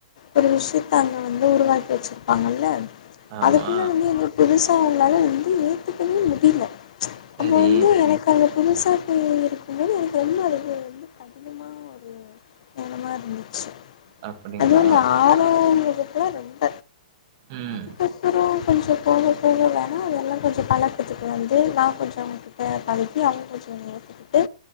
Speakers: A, on the left (about 55°); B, on the right (about 35°).
A: ஒரு விஷியத்த அங்க வந்து உருவாக்கி வெச்சிருப்பாங்கல்ல
B: ஆமா
A: அதுக்குள்ள வந்து என்ன புதுசா அவுங்ளால வந்து ஏத்துக்கவே முடில
B: சரி
A: அப்போ வந்து எனக் அங்க புதுச பிள்ளைங்க இருக்கும்போது எனக்கு ரொம்ப அது வந்து ரொம்ப கடினமா <unintelligible> ரணமா இருந்துச்சி
B: அப்படிங்களா?
A: அது இந்த ஆறாம் வகுப்புல ரொம்ப
B: ம்
A: அதுக்கப்பறோ கொஞ்சோ போக போக வேணா அதெல்லா கொஞ்சோ பழக்கத்துக்கு வந்து நா கொஞ்சோ அவங்க கிட்ட பழகி அவங் கொஞ்சோ என்ன ஏத்துக்கிட்டு